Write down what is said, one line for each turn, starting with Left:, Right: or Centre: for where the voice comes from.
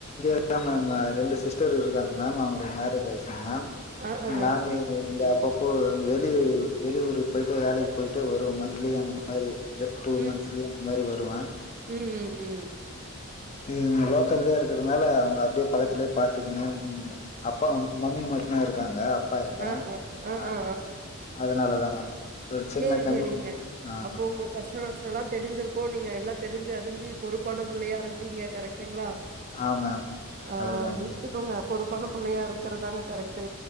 Left: அதா மேம் அ ரெண்டு சிஸ்டர் இருக்றாங்க மேம் அவங்களுக்கு மேரேஜ் ஆயிச்சிங் மேம்
Right: ஆ அ
Left: நாங்க எங்க எங்க அப்பப்போ வெளியூரு வெளியூருக்கு போயிட்டு வேலைக்கு போயிட்டு வருவோ மந்த்லி அந்த மா மாரி ந்த டூ
Right: ம்.
Left: மந்த்ஸ்லே அந்த மாரி வருவ
Right: ம் ம் ம்
Left: இவுங்க லோக்கல்லயே இருக்கறனால அவுங்க அப்டியே பக்கத்துலே பாத்துக்கன்னு ம்மா அப்பா மம்மி மட்டுந்தா இருக்காங்க அப்பா இல்ல
Right: ஆ, ஆ. ஆ,
Left: அ
Right: ஆ,
Left: அதனாலதா மேம் ஒரு சின்ன
Right: சேரி
Left: கமிட்
Right: செரிங்க
Left: ஆ
Right: அப்போ உங்க கஷ்டோ நஷ்டோல்லா தெரிஞ்சிருக்கு நீங்க எல்லா தெரிஞ்சி அறிஞ்சி பொறுப்பான புள்ளையா இருப்பீங்க கரெக்ட்டுங்ளா
Left: ஆ மேம்
Right: ஆ
Left: அதுதா மேம்
Right: இருக்கட்டுங்க பொறுப்பான புள்ளையா இருக்கறதாங்க கரெக்ட்டு